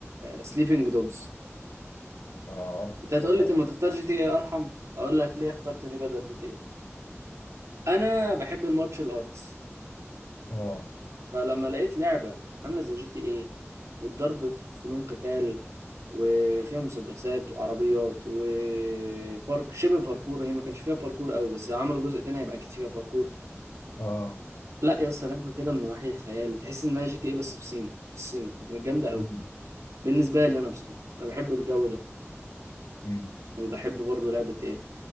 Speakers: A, on the right (about 90°); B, on the left (about 80°).
A: سليبنج دوجز
B: اه
A: انت هتقول
B: صدق
A: لي طب ما تختار جي تي اي ارحم اقول لك ليه اخترت دي بدل جي تي اي انا بحب المارشال ارتس
B: اه
A: فلما لقيت لعبة عاملة زي جي تي ايه والضرب فنون قتال وفيها مسدسات وعربيات وبارك شبه باركور هي ما كانش فيها باركور قوي بس عملوا جزء تاني هيبقى اكيد فيها باركور
B: اه
A: لا يا اسطى لعبة كده من وحي الخيال تحس انها جي تي ايه بس في الصين في الصين كانت جامدة قوي
B: مم.
A: بالنسبة لي انا بصراحة انا بحب الجو ده
B: مم.
A: وبحب برضو لعبة ايه